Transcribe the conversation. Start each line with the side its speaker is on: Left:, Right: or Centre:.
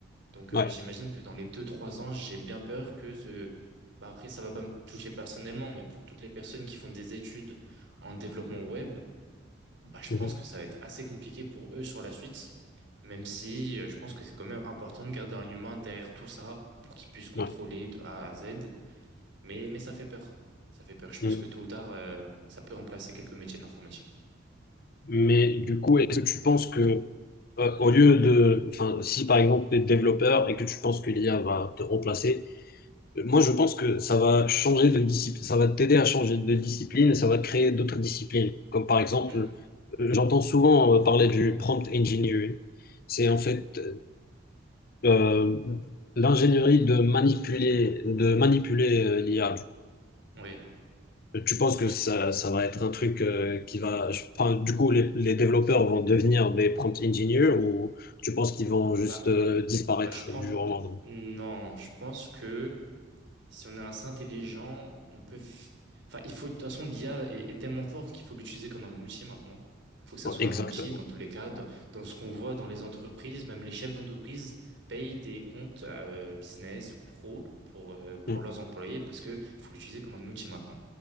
Right: Donc
Left: Ouais.
Right: euh, j'imagine que dans les deux trois ans, j'ai bien peur que ce... Bah, après, ça va pas me toucher personnellement, mais pour toutes les personnes qui font des études en développement web, bah, je
Left: Mhm.
Right: pense que ça va être assez compliqué pour eux sur la suite, même si euh, je pense que c'est quand même important de garder un humain derrière tout ça pour qu'il puisse contrôler
Left: Ouais.
Right: de A à Z. Mais, mais ça fait peur. Ça fait peur. Je pense
Left: Mhm.
Right: que tôt ou tard, euh, ça peut remplacer quelques métiers de l'informatique.
Left: Mais du coup, est-ce que tu penses que, euh, au lieu de, enfin, si par exemple, tu es développeur et que tu penses que l'IA va te remplacer, Euh, Moi, je pense que ça va changer de discipline, ça va t'aider à changer de discipline et ça va créer d'autres disciplines. Comme par exemple,
Right: Mm,
Left: euh, j'entends souvent euh, parler du prompt engineering. C'est en fait
Right: mm.
Left: euh, l'ingénierie de manipuler, de manipuler euh, l'IA. du coup.
Right: Oui,
Left: Euh, Tu penses que
Right: oui, je
Left: ça,
Right: comprends.
Left: ça va être un truc euh, qui va, je- enfin, du coup, les, les développeurs vont devenir des prompt engineers ou tu penses qu'ils vont juste
Right: Bah,
Left: euh, disparaître
Right: bah, je pense,
Left: du jour au lendemain?
Right: euh, non, je pense que si on est assez intelligent, on peut, f- enfin, il faut, de toute façon, l'IA est, est tellement forte qu'il faut l'utiliser comme un outil maintenant. Il faut que ça
Left: Ouais,
Right: soit
Left: exactement.
Right: un outil dans tous les cas, dans,
Left: Ouais.
Right: dans ce qu'on voit dans les entreprises, même les chefs d'entreprise payent des comptes euh, business ou pro pour, euh, pour
Left: Mm.
Right: leurs employés parce que faut l'utiliser comme un outil maintenant.